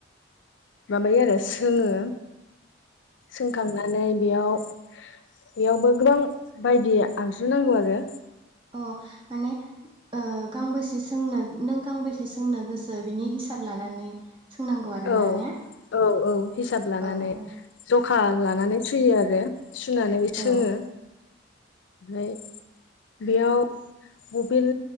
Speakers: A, on the left; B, on the right.
A: माबायो आरो सोङो। सोंखांनानै बेयाव बेयावबो गोबां बायदि आगजु नांगौ आरो
B: अ माने ओ ओ गांबेसे सोंनो नों गांबेसे सोंनो गोसो बिनि हिसाब लानानै सोंनांगौ आरोना
A: औ
B: ने
A: औ औ हिसाब लानानै
B: औ औ
A: जखा लानानै सुयो आरो सुनानै
B: औ
A: सोङो ओमफ्राय बेयाव बबिल